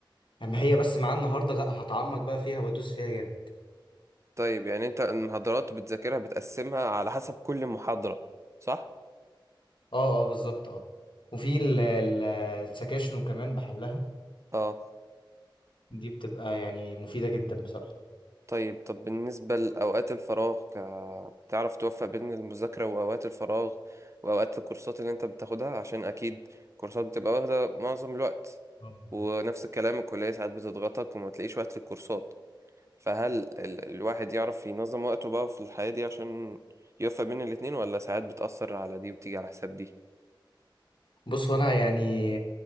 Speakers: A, on the left; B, on the right.
A: اما هي بس معايا النهارده لا هتعمق بقى فيها وادوس فيها جامد
B: طيب يعني انت المحاضرات بتذاكرها بتقسمها على حسب كل محاضرة صح
A: اه اه بالظبط اه وفي ال- ال- السكاشن وكمان بحلها
B: اه
A: دي بتبقى يعني مفيدة جدا بصراحة
B: طيب طب بالنسبة لأوقات الفراغ ك... بتعرف توفق بين المذاكرة وأوقات الفراغ وأوقات الكورسات اللي أنت بتاخدها عشان أكيد كورسات بتبقى واخدة معظم الوقت
A: آه.
B: ونفس الكلام الكلية ساعات بتضغطك وما تلاقيش وقت للكورسات فهل ال... الواحد يعرف ينظم وقته بقى في الحياة دي عشان يوفق بين الاتنين ولا ساعات بتأثر على دي وبتيجي على حساب دي؟
A: بص هو انا يعني